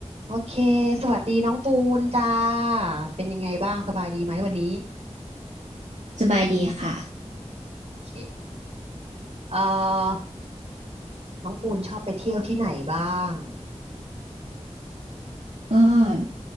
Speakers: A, on the right; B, on the right.
A: โอเคสวัสดีน้องปูนจ้าเป็นยังไงบ้าง สบายดีไหมวันนี้
B: สบายดีค่ะ
A: โอเคเอ่อน้องปูนชอบไปเที่ยวที่ไหนบ้าง
B: ก็